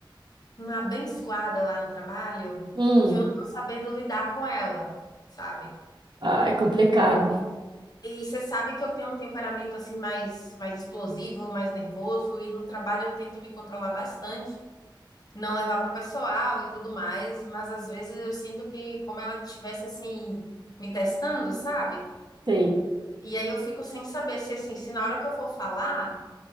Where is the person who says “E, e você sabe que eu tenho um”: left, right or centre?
Left